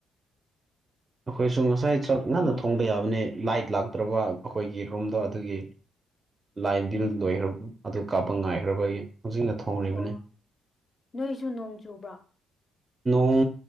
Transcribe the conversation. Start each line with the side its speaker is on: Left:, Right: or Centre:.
Right: ꯑꯩꯈꯣꯏꯁꯨ ꯉꯁꯥꯏ ꯆꯥꯛ ꯉꯟꯅ
Left: ꯅꯣꯡ
Right: ꯊꯣꯡꯕ ꯌꯥꯕꯅꯤ ꯂꯥꯏꯠ ꯂꯥꯛꯇ꯭ꯔꯕ ꯑꯩꯈꯣꯏꯒꯤ ꯔꯣꯝꯗꯣ ꯑꯗꯨꯒꯤ ꯂꯥꯏ ꯕꯤꯜ
Left: ꯎꯝ
Right: ꯂꯣꯏꯈ꯭ꯔꯥꯕ ꯑꯗꯨ ꯀꯥꯞꯄ ꯉꯥꯏꯈ꯭ꯔꯕꯒꯤ ꯍꯧꯖꯤꯛꯅ ꯊꯧꯔꯤꯕꯅꯦ
Left: ꯑꯣ ꯅꯣꯏꯁꯨ ꯅꯣꯡ ꯆꯨꯕ꯭ꯔꯣ
Right: ꯅꯣꯡ